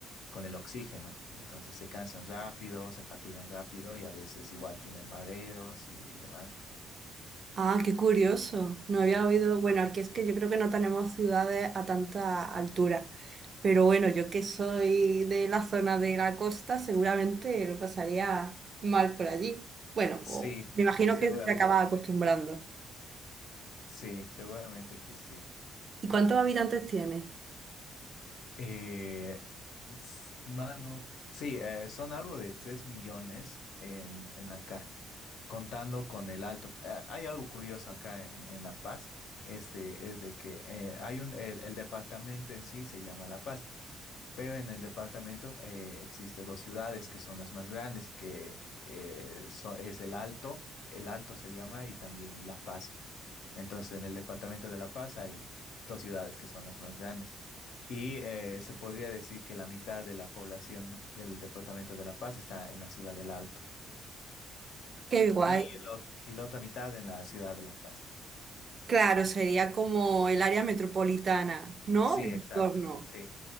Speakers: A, on the left; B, on the right.
A: con el oxígeno. Entonces se cansan rápido, se fatigan rápido y a veces igual tienen mareos y, y demás.
B: Ah, qué curioso. No había oído.
A: Sí,
B: Bueno, aquí es que yo creo que no tenemos ciudades a tanta altura. Pero bueno, yo que soy de la zona de la costa, seguramente lo pasaría mal por allí. Bueno,
A: sí,
B: o- me imagino
A: sí, seguramente
B: que te acabas
A: sí.
B: acostumbrando.
A: Sí, seguramente que sí.
B: ¿Y cuántos habitantes tiene?
A: Eh, s- mano, sí, eh, son algo de 3 millones en, en acá, contando con el alto. Eh, hay algo curioso acá en, en La Paz, este, es de que eh, hay un, el, el departamento en sí se llama La Paz, pero en el departamento eh, existe dos ciudades que son las más grandes, que eh, so- es el Alto, el Alto se llama, y también La Paz. Entonces, en el departamento de La Paz hay dos ciudades que son las más grandes. Y eh, se podría decir que la mitad de la población del departamento de La Paz está en la ciudad del Alto
B: Qué guay.
A: y, el ot- y la otra mitad en la ciudad de La Paz.
B: Claro, sería como el área metropolitana, ¿no?
A: Sí,
B: El entorno.
A: exacto. Sí,